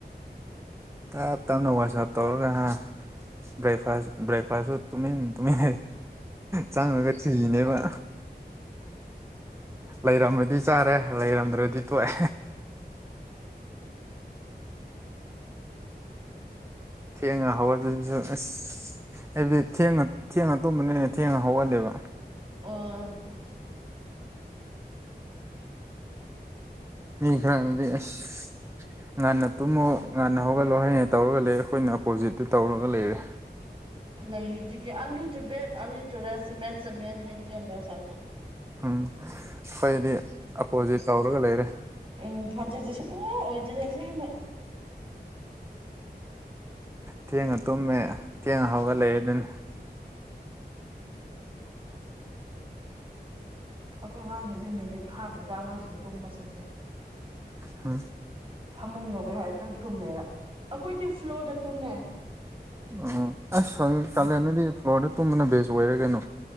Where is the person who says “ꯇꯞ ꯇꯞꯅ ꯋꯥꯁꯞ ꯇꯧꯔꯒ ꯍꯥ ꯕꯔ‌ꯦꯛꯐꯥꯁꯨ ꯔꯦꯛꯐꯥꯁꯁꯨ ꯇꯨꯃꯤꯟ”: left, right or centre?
Right